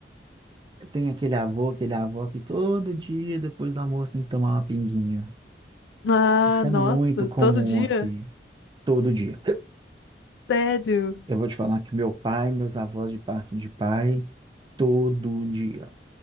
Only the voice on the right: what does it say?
Tem aquele avô, aquele avó que todo dia, depois do almoço, tem que tomar uma pinguinha.
Isso é
muito comum
aqui, todo dia.
Eu vou te falar que meu pai, meus avós de parte de pai, todo dia.